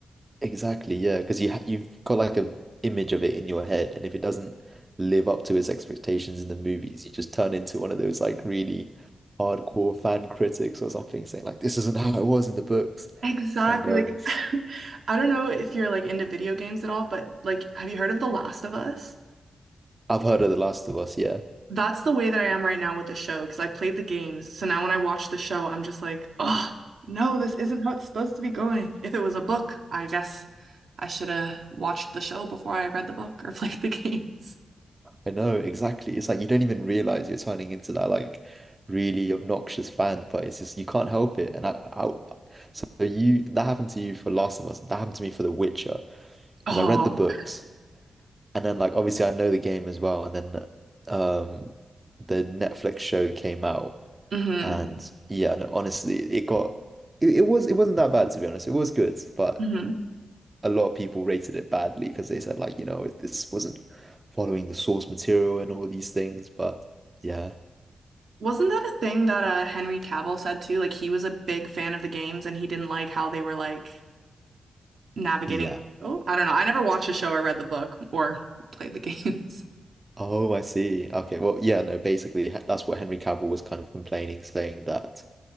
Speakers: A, on the right; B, on the right.
A: Exactly, yeah, because you ha you've got like a image of it in your head and if it doesn't live up to its expectations in the movies, you just turn into one of those like really hardcore fan critics or something saying like this isn't how it was in the books.
B: Exactly.
A: And um
B: Like, <laughs> I don't know if you're like into video games at all, but like, have you heard of The Last of Us?
A: I've heard of The Last of Us, yeah.
B: That's the way that I am right now with the show because I played the games. So now when I watch the show, I'm just like, oh, no, this isn't how it's supposed to be going. If it was a book, I guess I should have watched the show before I read the book or <laughs> played the games.
A: I know exactly. It's like you don't even realize you're turning into that like really obnoxious fan, but it's just you can't help it. And I, I so you that happened to you for Last of Us. That happened to me for The Witcher because
B: Oh,
A: I read the books and then like obviously I know the game as well. And then um the Netflix show came out
B: hmm
A: and yeah, no, honestly, it got it, it was it wasn't that bad to be honest. It was good, but
B: hmm
A: a lot of people rated it badly because they said like, you know, this wasn't following the source material and all these things. But yeah,
B: Wasn't that a thing that uh, Henry Cavill said too? Like he was a big fan of the games and he didn't like how they were like navigating
A: yeah.
B: the show. I don't know. I never watched the show or read the book or played the <laughs> games.
A: Oh, I see. Okay, well, yeah, no, basically h- that's what Henry Cavill was kind of complaining, saying that